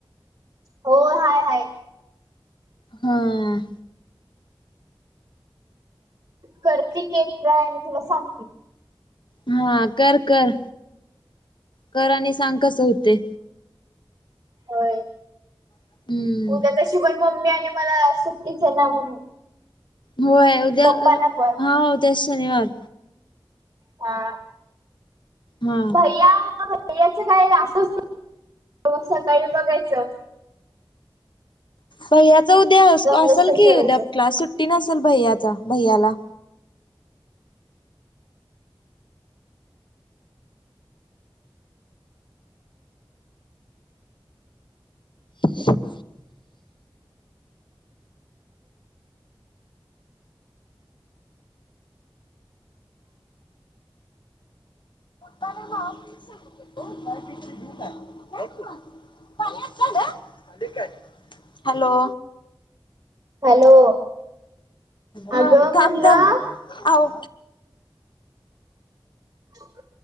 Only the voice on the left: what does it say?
हां.
मग हा करकर,, कर आणि सांग कसं हूतंय.
हम्म
होय उद्या
तर,
हां उद्या शनिवार.
हा
भैयाचं उद्या
असल
की
उद्या क्लास, सुट्टी नसल भैयाच भैयाला. सु <inaudible> बनव मग, <unintelligible> हो पार्टी तर घेऊ काय, घ्याकी मग, पाणी आता आलं, ते काय. हॅलो!
हा
थांब थांब, अहो